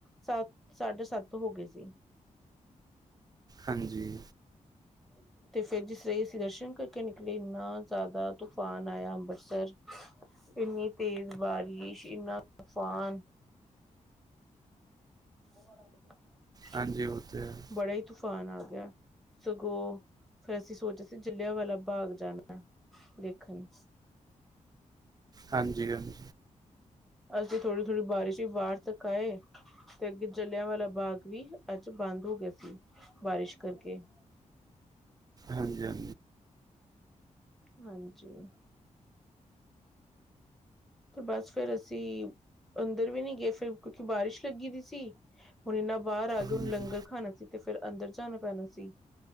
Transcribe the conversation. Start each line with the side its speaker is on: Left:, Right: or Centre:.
Centre: ਸੱਤ ਸਾਢੇ ਸੱਤ ਹੋ ਗਏ ਸੀ। ਹਮ ਹ <inaudible> <inaudible>
Right: ਹਾਂਜੀ-
Centre: ਹਾਂ <inaudible> ਤੇ ਫਿਰ ਜਿਸ ਲਈ ਅਸੀ ਦਰਸ਼ਨ ਕਰਕੇ ਨਿਕਲੇ ਇੰਨਾ ਜਿਆਦਾ ਤੂਫਾਨ ਆਇਆ ਅੰਮ੍ਰਿਤਸਰ। ਇੰਨੀ ਤੇਜ ਬਾਰਿਸ਼ ਇੰਨਾ ਤੂਫ਼ਾਨ <unintelligible> <unintelligible>
Right: ਹਾਂਜੀ ਉਹ ਤਾਂ ਹੈ।
Centre: ਬੜਾ ਹੀ ਤੂਫਾਨ ਆ ਗਿਆ ਸਗੋਂ, ਫਿਰ ਅਸੀ ਸੋਚਿਆ ਸੀ ਜਲਿਆਂ ਵਾਲਾ ਬਾਗ ਜਾਣਾ, ਦੇਖਣ
Right: ਹਾਂਜੀ- ਹਾਂਜੀ-
Centre: ਅਸੀ ਥੋੜੀ- ਥੋੜੀ ਬਾਰਿਸ਼ ਹੀ ਬਾਹਰ ਤੱਕ ਆਏ ਤੇ ਅਗੇ ਜਲਿਆਂ ਵਾਲਾ ਬਾਗ ਵੀ ਅਜ ਬੰਦ ਹੋ ਗਿਆ ਸੀ ਬਾਰਿਸ਼ ਕਰਕੇ
Right: ਹਾਂਜੀ -ਹਾਂਜੀ-
Centre: ਹਾਂਜੀ- ਤੇ ਬਸ ਫਿਰ ਅਸੀ ਅੰਦਰ ਵੀ ਨਹੀ ਗਏ ਫਿਰ ਕਿਉਕਿ ਬਾਰਿਸ਼ ਲਗੀ ਦੀ ਸੀ। ਹੁਣ ਇੰਨਾ ਬਾਹਰ ਆ ਗਏ
Right: ਹਾਂਜੀ
Centre: ਹੁਣ ਲੰਗਰ ਖਾਣਾ ਸੀ ਤੇ ਫਿਰ ਅੰਦਰ ਜਾਣਾ ਪੈਣਾ ਸੀ।